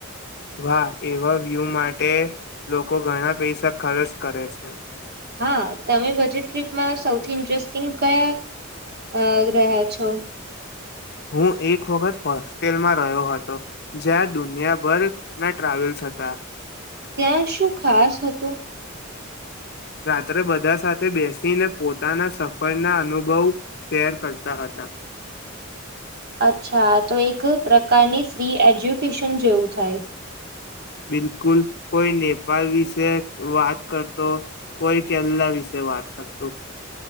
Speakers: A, on the left (about 50°); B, on the right (about 50°).
A: વાહ એવા વ્યૂ માટે લોકો ઘણા પૈસા ખર્ચ કરે છે.
B: હા તમે બજેટ ટ્રીપમાં સૌથી ઇન્ટરેસ્ટિંગ કયા રહ્યા છો.
A: હું એક વખત હોસ્ટેલમાં રહ્યો હતો જ્યાં દુનિયાભરના ટ્રાવેલ્સ હતા.
B: ત્યાં શું ખાસ હતું.
A: રાત્રે બધા સાથે બેસીને પોતાના સફરના અનુભવ શેર કરતા હતા.
B: અચ્છા તો એક પ્રકારની ફ્રી એજ્યુકેશન જેવું થાય.
A: બિલકુલ કોઈ નેપાલ વિશે વાત કરતો કોઈ કેરલા વિશે વાત કરતો